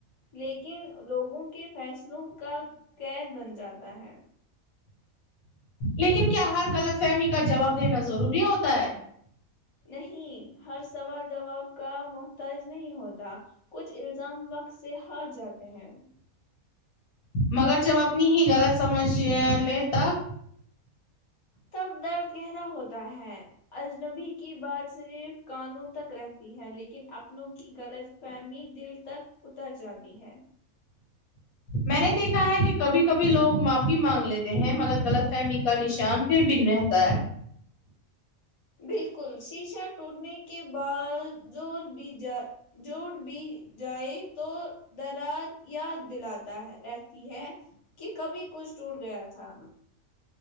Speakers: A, on the left; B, on the left.
A: لیکن لوگوں کے فیصلوں کا قید بن جاتا ہے
B: لیکن کیا ہر غلط فہمی کا جواب دینا ضروری ہوتا ہے
A: نہیں ہر سوال جواب کا محتاج نہیں ہوتا کچھ الزام وقت سے ہار جاتے ہیں
B: مگر جب اپنی ہی غلط سمجھ لے تب
A: تب درد گہرا ہوتا ہے اجنبی کی بات صرف کانوں تک رہتی ہے لیکن اپنوں کی غلط فہمی دل تک اتر جاتی ہے
B: میں نے دیکھا ہے کہ کبھی کبھی لوگ معافی مانگ لیتے ہیں مگر غلط فہمی کا نشان پھر بھی رہتا ہے
A: بالکل شیشا ٹوٹنے کے بعد جوڑ بھی جائے جوڑ بھی جائے تو درار یاد دلاتا ہے رہتی ہے کہ کبھی کچھ ٹوٹ گیا تھا